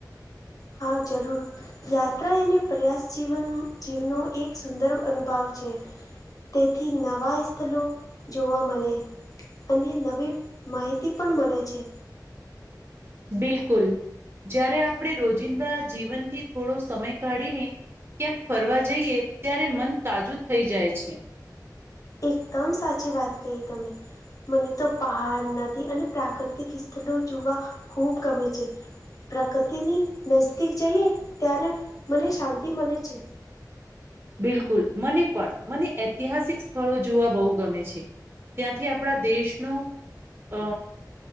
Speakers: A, on the left; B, on the right.
A: હા જરૂર. યાત્રા એને પ્રયાસ જીવન જીવનો એક સુંદર અનુભવ છે. તેથી નવાં સ્થળ જોવા મળે. અને નવી માહિતી પણ મળે છે.
B: બિલકુલ જ્યારે આપણે રોજિંદા જીવનથી થોડો સમય કાઢીને ક્યાંક ફરવા જઈએ ત્યારે મન તાજુ થઈ જાય છે.
A: એકદમ સાચી વાત કહી તમે. મને તો પહાડ નથી અને પ્રાકૃતિક સ્થળ જોવા ખૂબ ગમે છે. પ્રકૃતિની નજદીક જઈએ ત્યારે મને શાંતિ મળે છે.
B: બિલકુલ મને પણ મને ઐતિહાસિક સ્થળો જોવા બહુ ગમે છે. ત્યાંથી આપણા દેશનું અ